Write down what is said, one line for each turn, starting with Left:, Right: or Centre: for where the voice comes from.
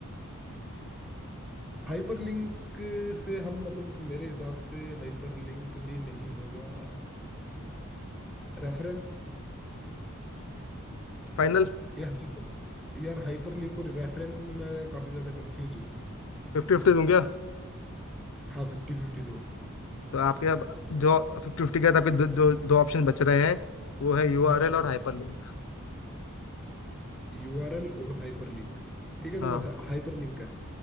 Centre: हाइपर लिंक से हम मतलब मेरे हिसाब से हाइपर लिंक भी नहीं होगा रेफरेंस
Left: फाइनल
Centre: यार यार हाइपर लिंक और रेफरेंस में मैं काफी ज्यादा कंफ्यूज हूँ
Left: फिफ्टी फिफ्टी दूं क्या
Centre: हाँ फिफ्टी फिफ्टी दो
Left: तो आपके अब जो फिफ्टी फिफ्टी के बाद आपके दो, जो दो ऑप्शन बच रहे हैं वो है यूआरएल
Centre: हम्म।
Left: और हाइपरलिंक
Centre: यूआरएल और हाइपरलिंक ठीक है तो
Left: हाँ
Centre: हाइपरलिंक है